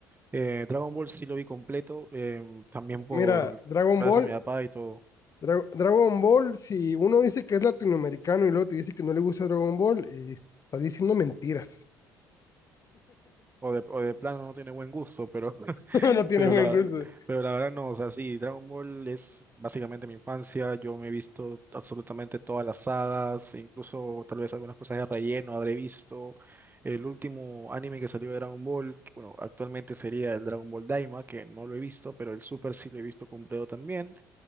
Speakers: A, on the right (about 20°); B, on the left (about 35°).
A: Eh, Dragon Ball sí lo vi completo, em, también por
B: Mira, Dragon
A: gracias
B: Ball,
A: a mi papá y todo.
B: Dra- Dragon Ball, si uno dice que es latinoamericano y luego te dice que no le gusta Dragon Ball, eh, está diciendo mentiras.
A: O de, o de plano no tiene buen gusto, pero, <laughs>
B: <laughs> No tiene
A: pero,
B: buen
A: la,
B: gusto.
A: pero la verdad no, o sea, sí, Dragon Ball es básicamente mi infancia, yo me he visto absolutamente todas las sagas, incluso tal vez algunas cosas de relleno habré visto. El último anime que salió de Dragon Ball, que, bueno, actualmente sería el Dragon Ball Daima, que no lo he visto, pero el Super sí lo he visto completo también.